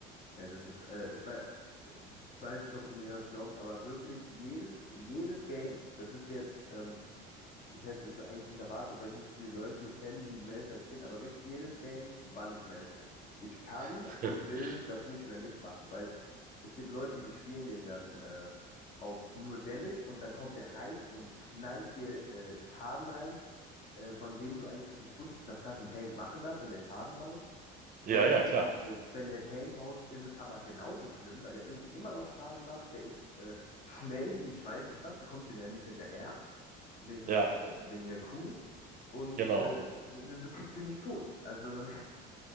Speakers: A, on the left (about 40°); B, on the right (about 45°).
A: Ja, das ist, äh, ich weiß, weiß nicht, ob du mir das glaubst, aber wirklich jedes, jedes Game, das ist jetzt, ähm, ich hätte es eigentlich nicht erwartet, weil ich nicht so viele Leute kenne, die Malphite spielen, aber wirklich jedes Game banne ich Malphite. Ich kann
B: <laughs>
A: und will das nicht mehr mitmachen, weil es gibt Leute, die spielen den dann äh, auf nur Damage und dann kommt der rein und knallt dir äh, Schaden rein, äh, von dem du eigentlich nicht wusstest, dass das ein Tank machen darf, wenn der Schaden baut.
B: Ja,
A: Und
B: ja, klar.
A: äh, wenn der Tank baut, ist es aber genauso schlimm, weil der irgendwie immer noch Schaden macht. Der ist äh, schnell wie ich weiß nicht was. Du kommst dem ja nicht hinterher, wegen,
B: Ja,
A: äh, wegen der Kuh. Und
B: genau.
A: äh, du, du du kriegst ihn nicht tot. Also,